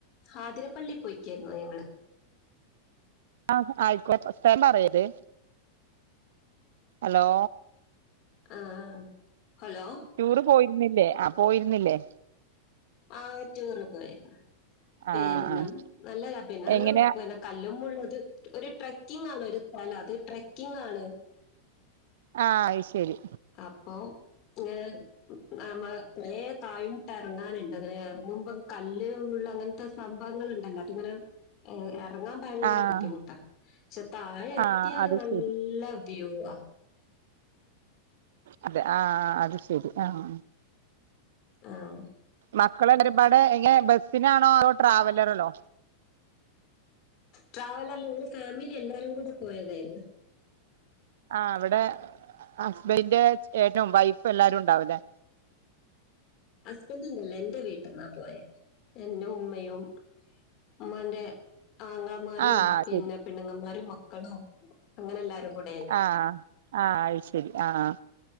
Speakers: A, on the left; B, on the right.
A: ഹാതിരപ്പള്ളി പോയിക്കായിരുന്നു ഞങ്ങള്.
B: ആ ആയിക്കോ ഫസ്റ്റേം പറയല്. അലോ?
A: ആഹ്, ആഹ് ഹലോ?
B: ടൂറ് പോയിരുന്നില്ലേ. ആ പോയിരുന്നില്ലേ.
A: ആ ടൂറിന് പോയിരുന്നു. പിന്നെ
B: ആഹ് ആഹ്
A: നല്ലത പിന്നെ അത്
B: എങ്ങനെയാ
A: പിന കല്ലുമുള്ളത് ഒരു ട്രക്കിങ് ആണ് ഒരു സ്ഥലം അത് ട്രക്കിങ് ആണ്.
B: ആഹ് അയ് ശെരി.
A: അപ്പൊ ങ്ങനെ നമ്മ കൊറെ തായോട്ട് എറങ്ങാനുണ്ട്. അങ്ങനെ എറങ്ങുമ്പ കല്ല്, മുള്ള് അങ്ങനെ ത്തെ സംഭവങ്ങള്ണ്ടല്ലോ. അതിങ്ങനെ എറങ്ങാം ഭയങ്കര
B: ആഹ്
A: ബുദ്ധിമുട്ടാ. ക്ഷെ താഴെ എത്തിയാല്
B: ആഹ് അത്
A: നല്ല
B: ശരി
A: വ്യൂവാ.
B: അതെ. ആഹ്, ആ അത് ശെരി. ആഹ്.
A: ആഹ്.
B: മക്കളെരുപാട് ഇങ്ങനെ ബസ്സിനാണോ അതോ ട്രാവലറിലോ.
A: ട്രാവലറില് ങ്ങള് ഫാമിലി എല്ലാരും കൂടി പോയതായിര്ന്ന്.
B: ആ അവിടെ ഹസ്ബന്റെ ഏട്നും വൈഫ് എല്ലാരും ഉണ്ടാവുലെ.
A: ഹസ്ബൻഡൊന്നല്ല എൻ്റ വീട്ട്ന്നാ പോയെ എന്റെ ഉമ്മയും. മ്മാന്റെ ആങ്ങമാരും
B: ആഹ്
A: പിന്നെ
B: ശരി
A: പെണ്ണുങ്ങമാരും മക്കളും അങ്ങനെല്ലാരും കൂടി-
B: ആഹ് ആഹ് അത്ശരി ആഹ്.